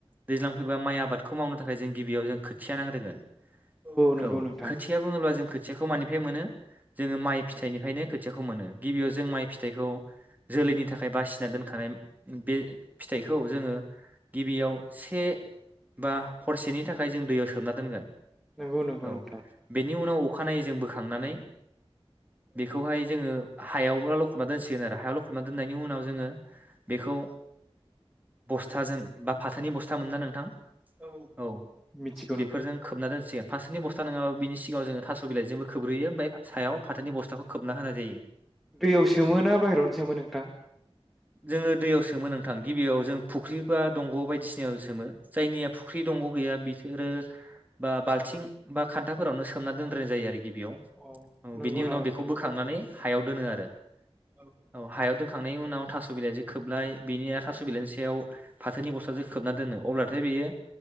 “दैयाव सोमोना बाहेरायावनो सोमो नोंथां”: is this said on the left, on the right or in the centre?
Centre